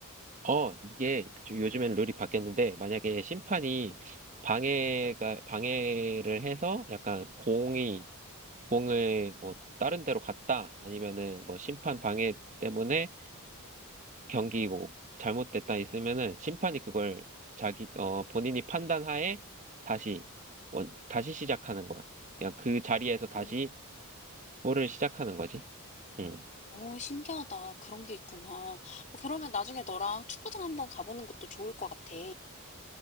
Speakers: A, on the right (about 35°); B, on the left (about 35°).
A: 어, 이게 요즘엔 룰이 바뀌었는데, 만약에 심판이 방해가, 방해를 해서 약간 공이, 공을 뭐 다른 데로 갔다, 아니면은 뭐 심판 방해 때문에 경기 뭐 잘못됐다 있으면은 심판이 그걸 자기, 어, 본인이 판단하에 다시, 원, 다시 시작하는 거야. 그냥 그 자리에서 다시
B: 어.
A: 볼을 시작하는 거지. 음.
B: 어, 신기하다. 그런 게 있구나. 어, 그러면 나중에 너랑 축구장 한번 가보는 것도 좋을 것 같아.